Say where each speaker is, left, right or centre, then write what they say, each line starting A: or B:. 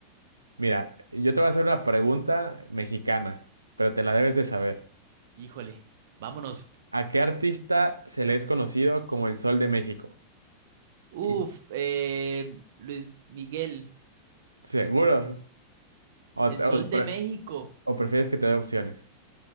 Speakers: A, on the right; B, on the right.
A: Mira, yo te voy a hacer una pregunta mexicana, pero te la debes de saber.
B: Híjole, vámonos.
A: ¿A qué artista se le es conocido como el Sol de México?
B: Uf,
A: Y
B: eh, Luis Miguel,
A: seguro. O,
B: El
A: o
B: Sol de
A: pre-
B: México.
A: o prefieres que te dé opciones?